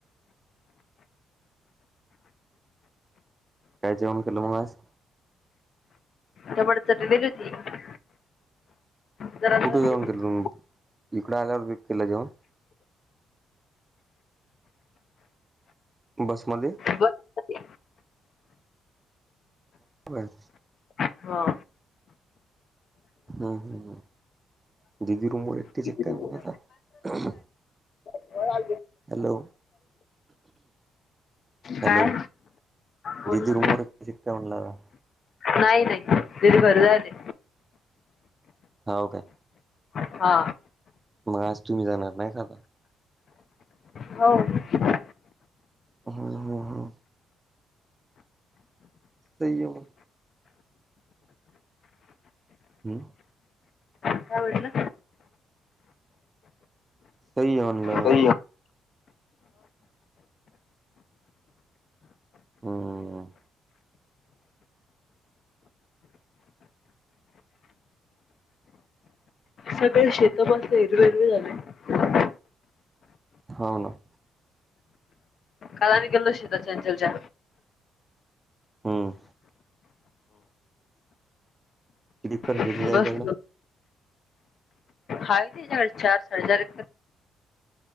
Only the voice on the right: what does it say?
काय जेवण केलं म आज?
<unintelligible> जाऊन
केल जेवण इकड आल्यावर बी केलं जेवण? बसमध्ये?
बबर
हम् हम् हम ददीी उबर एकट
चे काय
म्हणा आता
हॅलो हॅलो
दिदी
रूमवर एकटी शिकते म्हणलं
हा काय
मग आज तुम्ही जाणार नाही का आता?
हं हं हं स आहे म हम्म
सही आहे म्हणलं
हम्मम
होा ना
हम्म ककर श
जायच्याकडं